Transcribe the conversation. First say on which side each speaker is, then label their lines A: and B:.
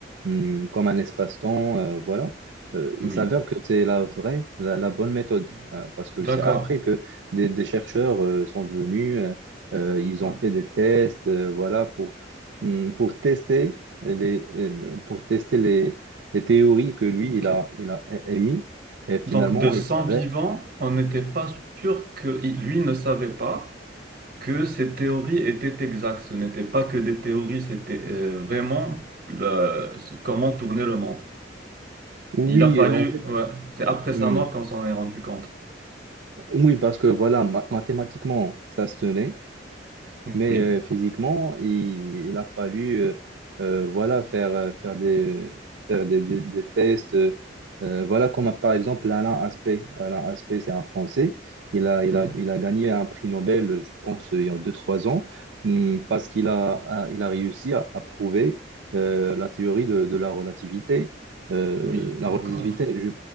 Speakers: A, on the right; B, on the right.
A: hum, comme un espace-temps, euh, voilà. Euh, il
B: oui.
A: s'avère que c'est la vraie, la, la bonne méthode, hein, parce que c'est
B: D'accord.
A: après que des, des chercheurs euh, sont venus. euh, euh, ils
B: Ouais,
A: ont fait des tests, euh, voilà, pour, hum, pour tester les, euh, pour tester les, les théories que lui,
B: ok.
A: il a, il a é- émis. Et finalement,
B: Donc, de 100
A: il s'avère.
B: vivants, on n'était pas sûr que il- lui ne savait pas que ces théories étaient exactes. Ce n'était pas que des théories, c'était euh, vraiment le- ce- comment tourner le monde.
A: Oui,
B: Il a fallu,
A: en fait,
B: ouais, c'est après sa
A: hum,
B: mort qu'on s'en est rendu compte.
A: oui, parce que voilà, ma- mathématiquement, ça se tenait. Mais
B: Oui,
A: euh, physiquement, il, il a fallu euh, euh, voilà, faire, euh, faire des, faire des, des- des tests. euh, euh, voilà, comme par exemple Alain Aspect. Alain Aspect, c'est un Français. Il a, il
B: oui,
A: a, il a gagné un prix Nobel, je pense, il y a deux trois ans, hum, parce qu'il a, a- il a réussi à, à prouver euh, la théorie de, de la relativité. Euh,
B: oui,
A: la
B: d'accord.
A: relativité, je